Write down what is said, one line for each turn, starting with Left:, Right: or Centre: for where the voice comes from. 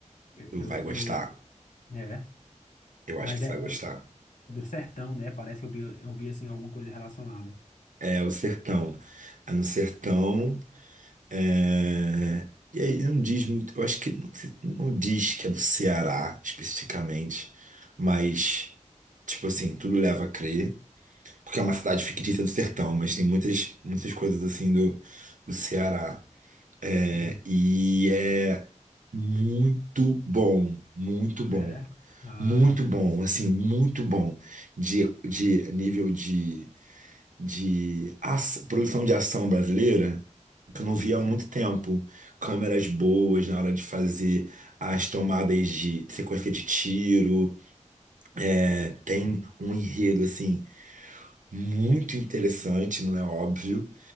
Left: eu,
Right: tu vai gostar.
Left: eu, eu é.
Right: Eu acho
Left: Mas
Right: que você
Left: é,
Right: vai gostar.
Left: é do sertão, né? Parece que eu vi, eu vi, assim, alguma coisa relacionada.
Right: É o Sertão. É no Sertão. É... E aí não diz muito. Eu acho que não, se- não diz que é do Ceará especificamente, mas tipo assim, tudo leva a crer. Porque é uma cidade fictícia do sertão, mas tem muitas, muitas coisas assim do, do Ceará. É,
Left: Sim,
Right: e é muito bom, muito bom.
Left: é. Ah,
Right: Muito bom, assim, muito bom de, de nível de, de aç- produção de ação brasileira, que eu
Left: sim,
Right: não via
Left: sim.
Right: há muito tempo. Câmeras boas na hora de fazer as tomadas de sequência de tiro. É, tem um enredo, assim, muito interessante, não é óbvio.